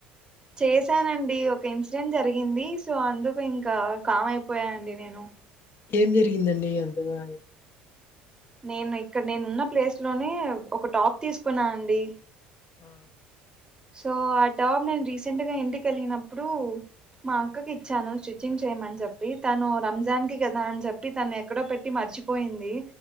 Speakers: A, on the right (about 20°); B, on the left (about 50°).
A: చేశానండి ఒక ఇన్సిడెంట్ జరిగింది సో అందుకు ఇంకా కామ్ అయిపోయానండి నేను
B: ఏం జరిగిందండి అంతగా
A: నేను ఇక్కడ నేను ఉన్న ప్లేస్ లోనే ఒక టాప్ తీసుకున్నా అండి
B: ఆ
A: సో ఆ టాప్ నేను రీసెంట్ గా ఇంటికి వెలిగినప్పుడు మా అక్కకి ఇచ్చాను స్టిచ్చింగ్ చేయమని చెప్పి తను రంజాన్ కి కదా అని చెప్పి తను ఎక్కడో పెట్టి మర్చిపోయింది